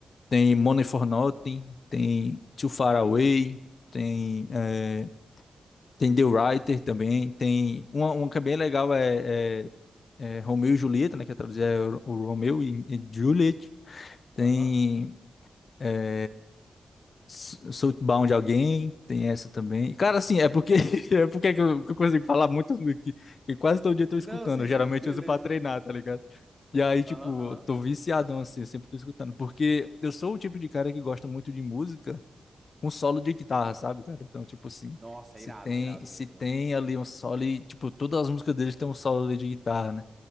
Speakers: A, on the left; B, on the right.
A: Tem Money for Nothing, tem Too Far Away, tem, é, tem The Writer também. Tem uma, uma que é bem legal é, é, é Romeu e Julieta, né? Que é traduzir é o, o Romeu e, e Juliet. Tem
B: aham.
A: é, S- Southbound de alguém, tem essa também. Cara, assim, é porque <laughs> é porque que eu, que eu consigo falar muito que, que quase todo dia eu tô escutando.
B: Não, sim,
A: Eu
B: sim,
A: geralmente
B: <laughs> beleza.
A: uso pra treinar, tá ligado? E aí, tipo,
B: Aham, aham.
A: eu tô viciadão assim, eu sempre tô escutando, porque eu sou o tipo de cara que gosta muito de música com solo de guitarra, sabe, cara? Então, tipo assim,
B: Nossa,
A: se
B: é irado,
A: tem
B: é irado
A: se
B: mesmo,
A: tem
B: mano.
A: ali um solo e, tipo, todas as músicas deles têm um solo ali de guitarra, né?